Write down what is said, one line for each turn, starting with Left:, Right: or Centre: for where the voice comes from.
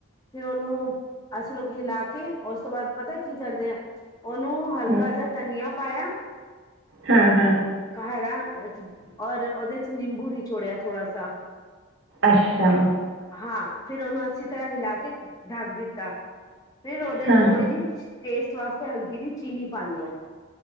Left: ਫਿਰ ਉਹਨੂੰ ਅਸੀਂ ਲੋਕ ਹਿਲਾ ਕੇ ਉਸ ਤੋਂ ਬਾਅਦ ਪਤਾ ਕੀ ਕਰਦੇ ਆ ਉਹਨੂੰ ਹਲਕਾ
Right: ਹੂੰ
Left: ਜਾ ਤਨੀਆ ਪਾਇਆ
Right: ਹਾਂ ਹਾਂ
Left: ਘਰ ਔਰ ਉਹਦੇ ਨਿੰਬੂ ਨਿਚੋੜਿਆ ਥੋੜਾ ਸਾ
Right: ਅੱਛਾ
Left: ਹਾਂ ਫਿਰ ਉਹਨੂੰ ਅੱਛੀ ਤਰ੍ਹਾਂ ਹਿਲਾ ਕੇ ਢੱਕ ਦਿੱਤਾ ਫਿਰ ਉਹਦੇ
Right: ਹਾਂ
Left: ਚ ਥੋੜੀ
Right: ਹਾਂ
Left: ਜਿਹੀ ਟੇਸਟ ਵਾਸਤੇ ਹਲਕੀ ਜੀ ਚੀਨੀ ਪਾਨੇ ਆਂ।